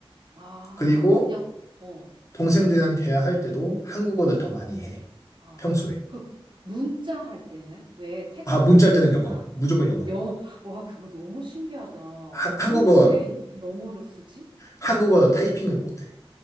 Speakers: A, on the right (about 55°); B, on the left (about 35°).
A: 아,
B: 그리고
A: 그냥, 어,
B: 동생들이랑
A: 그리고,
B: 대화할 때도 한국어를
A: 어,
B: 더 많이 해.
A: 아,
B: 평소에.
A: 그, 문자 할 때는 왜 텍스트
B: 아, 문자할
A: 보내잖아.
B: 때는 영어. 무조건 영어.
A: 영어, 와, 그거 너무 신기하다.
B: 하-
A: 그거는
B: 한국어,
A: 왜 영어로 쓰지?
B: 한국어 타이핑을 못해.